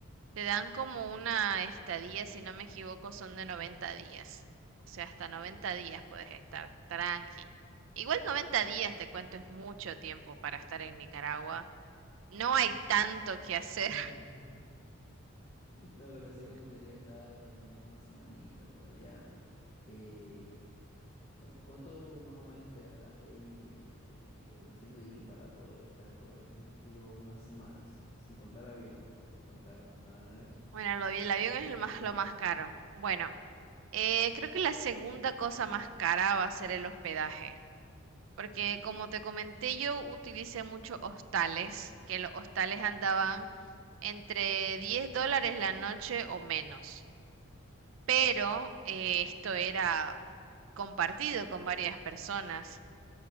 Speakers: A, on the right; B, on the left.
A: te dan como una estadía, si no me equivoco, son de 90 días. O sea, hasta noventa
B: ok.
A: días puedes estar tranqui. Igual 90 días, te cuento, es mucho tiempo para estar en Nicaragua. No hay tanto que hacer.
B: <laughs> No, pero sí
A: <laughs>
B: me gustaría estar al menos una semanita por allá. Eh, ¿cu- ¿cuánto más o menos te gastaste ahí, eh, lo que me ibas diciendo? Y para poder estar, por ejemplo, una semana sin, sin contar avión, sin contar nada de eso.
A: Bueno, lo vi- el avión
B: ¿Cuánto
A: es
B: podría?
A: el más, lo más caro. Bueno, eh, creo que la segunda cosa más cara va a ser el hospedaje, porque
B: Ok.
A: como te comenté, yo utilicé muchos hostales, que los hostales andaban entre 10 dólares la noche o menos, pero eh, esto era compartido con varias personas.